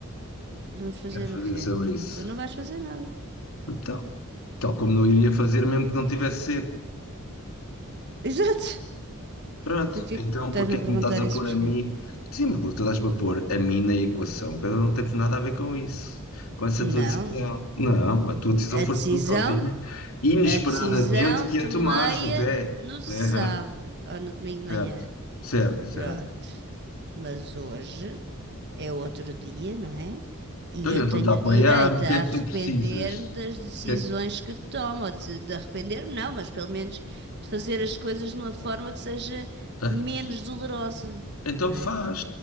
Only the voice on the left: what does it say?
Quero fazer
sobre isso.
Então, tal como não iria fazer mesmo que não tivesse seco.
Pronto,
então
porque é
que
me estás a pôr
a mim? Sim, porque tu estás-me a pôr a mim na equação, quando eu não teve nada a ver com isso, com essa
tua decisão. Não, a tua decisão
foi
tu sozinha, inesperadamente,
que
a tomaste até.
Aham,
Certo, certo, certo.
Então eu
estou-te a apoiar,
o que
é que
tu precisas? O
que é que
tens?
Então
faz.